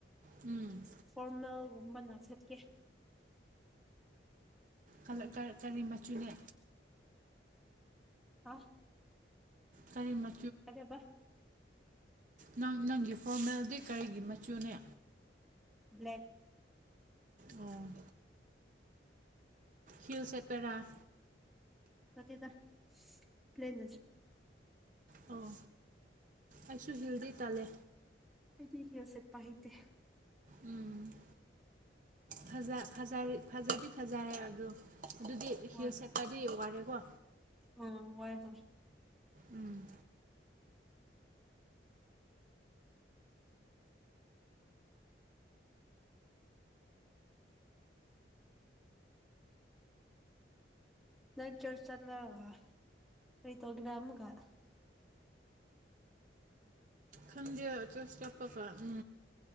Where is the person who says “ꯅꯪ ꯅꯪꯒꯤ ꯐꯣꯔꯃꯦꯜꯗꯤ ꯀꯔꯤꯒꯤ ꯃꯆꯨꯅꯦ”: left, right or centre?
Right